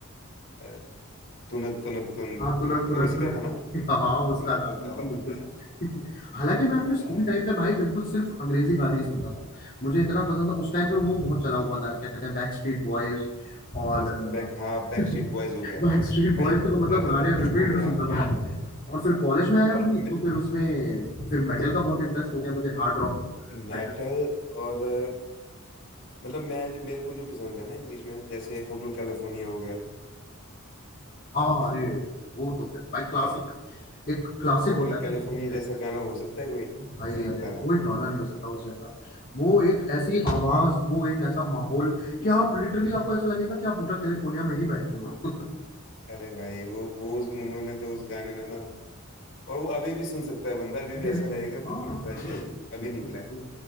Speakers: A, on the left (about 60°); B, on the left (about 40°).
A: अ, तुनक तुनक तुन
B: हाँ तुनक
A: तुनक
B: तुनक
A: वो उसी
B: तुनक
A: का था ना
B: <laughs> हाँ हाँ, उसका
A: तुन तुन
B: था
A: तुन
B: बिल्कुल
A: तारा
B: बिल्कुल
A: <laughs>
B: <laughs> हालांकि मैं अपने स्कूल
A: अ,
B: टाइम पे भाई बिल्कुल सिर्फ अंग्रेजी गाने ही सुनता था मुझे इतना पसंद था उस टाइम पे वो बहुत चला हुआ था क्या कहते हैं बैक स्ट्रीट बॉयज और
A: कौन सा बैक हाँ
B: <laughs>
A: बैक
B: बैक
A: स्ट्रीट बॉयज हो गया
B: स्ट्रीट बॉयज
A: भाई
B: <laughs> के तो मतलब
A: अरे
B: गाने
A: भाई कुछ
B: रिपीट
A: बोलो
B: भी
A: यार
B: सुनता था मैं और फिर कॉलेज में आया
A: और
B: भाई तो फिर उसमें फिर मेटल का बहुत इंटरेस्ट हो गया मुझे हार्ड रॉक
A: मेटल
B: मेटल
A: और अ, मतलब मैं जो- मेरे को जो पसंद है ना इंग्लिश में जैसे होटल कैलिफोर्निया हो गया
B: हाँ अरे वो तो फिर भाई
A: भाई
B: क्लासिक एक क्लासिक
A: होटल
B: होता है
A: कैलिफोर्निया
B: ना जिसको
A: जैसा गाना हो सकता है कोई
B: भाई
A: सही बताना
B: अरे कोई गाना नहीं हो सकता उस जैसा वो एक ऐसी आवाज वो एक ऐसा माहौल कि आप लिटरली आपको ऐसा लगेगा कि आप होटल कैलिफोर्निया में ही बैठे हो
A: अरे भाई वो वो उस- उन्होंने तो उस गाने में ना और वो अभी भी सुन सकता है बंदा अभी
B: अभी
A: भी ऐसा
B: भी
A: लगेगा
B: हाँ
A: बिल्कुल फ्रेश
B: अरे
A: है अभी
B: बिल्कुल
A: निकला
B: बिल्कुल
A: है